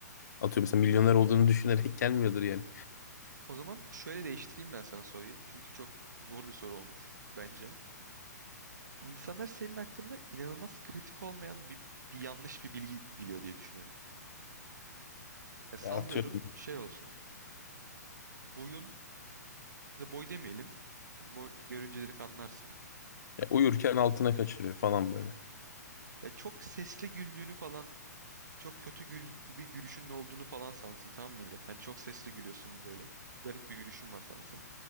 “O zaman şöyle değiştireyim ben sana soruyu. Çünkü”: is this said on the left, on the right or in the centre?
Right